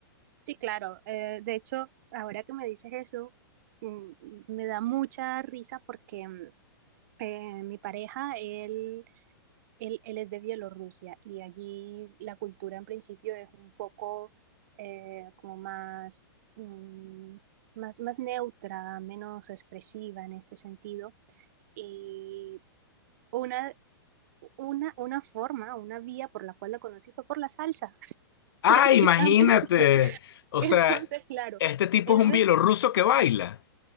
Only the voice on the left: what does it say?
Ah,
imagínate. O
sea,
este tipo
es un
bielorruso que baila.